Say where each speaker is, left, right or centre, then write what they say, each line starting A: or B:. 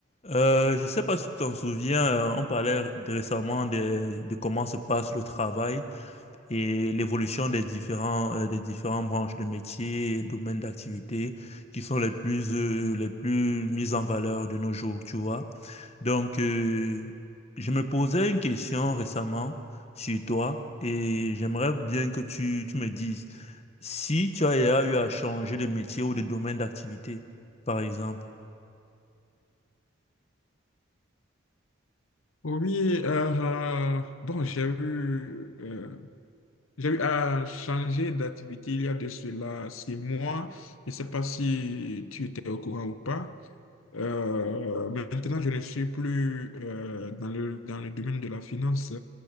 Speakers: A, on the left; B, on the left.
A: Euh, je ne sais pas si tu t'en souviens, euh, on parlait récemment de, de comment se passe le travail et l'évolution des différents, euh, des différentes branches de métiers et domaines d'activité qui sont les plus, euh, les plus mises en valeur de nos jours, tu vois. Donc, euh, je me posais une question récemment sur toi et j'aimerais bien que tu, tu me dises si tu as eu à changer de métier ou de domaine d'activité, par exemple.
B: Oui, euh, euh, bon, j'ai eu, euh, j'ai eu à changer d'activité il y a de cela six mois. Je ne sais pas si tu étais au courant ou pas. Euh, maintenant, je ne suis plus euh, dans le, dans le domaine de la finance.